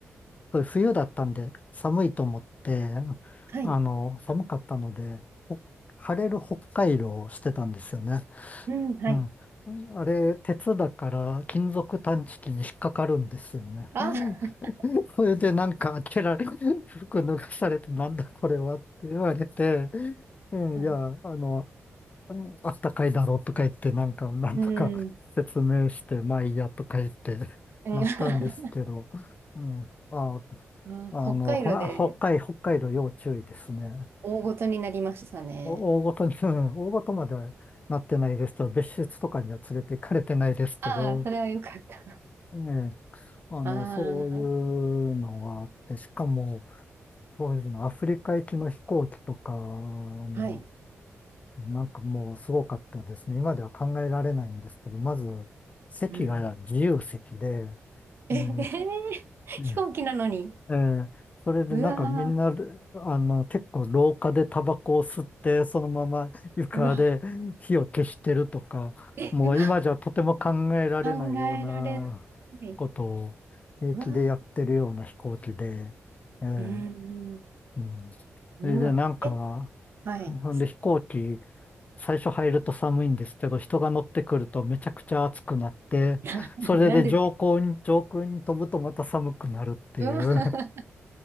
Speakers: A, on the left (about 30°); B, on the right (about 55°).
A: そう冬だったんで、寒いと思って、
B: はい。
A: あの、寒かったので、ほ晴れる北海道をしてたんですよね。
B: うん、はい。
A: うん。あれ、鉄だから金属探知機に引っかかるんですよね。
B: あ、<laughs>
A: <laughs> それでなんか開けられ、<laughs> 服脱がされてなんだこれはって言われて、うんいや、
B: うん。
A: あの、うんあったかいだろうとか言って、なんか、なんとか説明して、
B: うん。うん
A: まあいいやとか言って、
B: <laughs>
A: なったんですけど、うん、あ、
B: あ北海道で
A: あの、ほ北海、北海道要注意ですね。
B: 大ごとになりましたね。
A: お大ごとに、うん大ごとまではなってないですけど、別室とかには連れて行かれてないですけど、
B: ああ、それはよかった。
A: ね、あの、
B: ああ、
A: そういうのがあって、しかも、当時のアフリカ行きの飛行機とかあの、
B: はい。
A: なんかもうすごかったですね。今では考えられないんですけど、まず、席が自由席で、
B: うん。ええー飛行機なのに。
A: えーうんえーそれでなんかみんな、
B: うわー、
A: あの、結構廊下でタバコを吸って、そのまま床で火を消してるとか、
B: うわー。
A: もう今じゃとても考えられないようなことを平気でやってるような飛行機で、
B: え、うわー、考えられない。うわー、
A: えー
B: うん、
A: うん。それで、
B: うわ。
A: なんか、
B: え、はい。
A: ほんで飛行機、最初入ると寒いんですけど、人が乗ってくるとめちゃくちゃ暑くなって、
B: <laughs>
A: それで上空に、
B: なんで、
A: 上空に飛ぶとまた寒くなるっていう、
B: うわー、